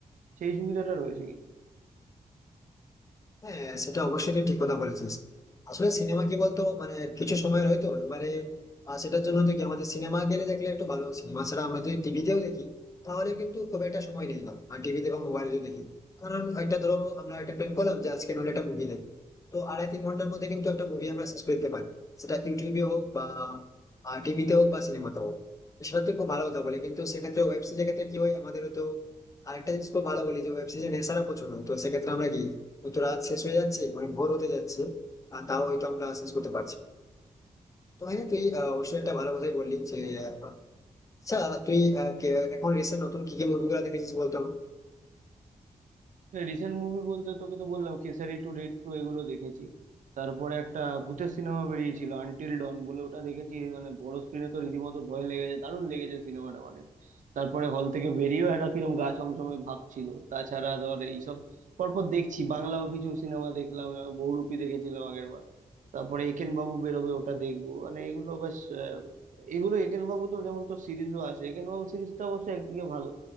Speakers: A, on the right; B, on the left.
A: সেই সুবিধাটা রয়েছে কিন্তু
B: হ্যাঁ সেটা অবশ্যই তুই ঠিক কথা বলেছিস আসলে সিনেমা কি বলতো মানে কিছু সময়ের হয়তো এবারে আহ, সেটার জন্য তো কি আমাদের সিনেমা গেলে দেখলে একটু ভালো সিনেমা ছাড়া আমরা যদি টিভিতেও দেখি তাহলে কিন্তু খুব একটা সময় নেই না টিভিতে বা মোবাইলে যদি দেখি কারণ একটা ধরো আমরা একটা প্ল্যান করলাম যে আজকে নলে একটা মুভি দেখবো তো আড়াই তিন ঘন্টার মধ্যে কিন্তু একটা মুভি আমরা শেষ করে দিতে পারি সেটা ইউটিউবে হোক বা টিভিতে হোক বা সিনেমাতে হোক সেটা তো খুব ভালো কথা বলি কিন্তু সেক্ষেত্রে ওয়েব সিরিজের ক্ষেত্রে কি হয় আমাদের তো আরেকটা জিনিস খুব ভালো বলি যে ওয়েব সিরিজে নেশারা প্রচুর হয়। তো সেক্ষেত্রে আমরা কি হয়তো রাত শেষ হয়ে যাচ্ছে মানে ভোর হতে যাচ্ছে আর তাও হয়তো আমরা শেষ করতে পারছি না। তো হ্যাঁ তুই আহ, অবশ্যই একটা ভালো কথাই বললি যে আহ, আচ্ছা তুই আহ, কে- এখন রিসেন্ট নতুন কি কি মুভিগুলো দেখেছিস বলতো আমাকে?
A: রিসেন্ট মুভি বলতে তোকে তো বললাম কেসারি টু রেড টু এগুলো দেখেছি তারপরে একটা ভূতের সিনেমা বেরিয়েছিল আনটিল ডন বলে ওটা দেখেছি মানে বড় স্ক্রিনে তো রীতিমতো ভয় লেগেছে দারুণ লেগেছে সিনেমাটা মানে তারপরে হল থেকে বেরিয়েও একটা কিরম গা ছমছমে ভাব ছিল তাছাড়া ধর এইসব পরপর দেখছি বাংলাও কিছু সিনেমা দেখলাম আহ, বহুরূপী দেখেছিলাম আগের বার তারপরে একেন বাবু বেরোবে ওটা দেখবো মানে এগুলো বেশ আহ, এগুলো একেন বাবু তো যেমন তোর সিরিজও আসে একেন বাবু সিরিজটা অবশ্য একদিকে ভালো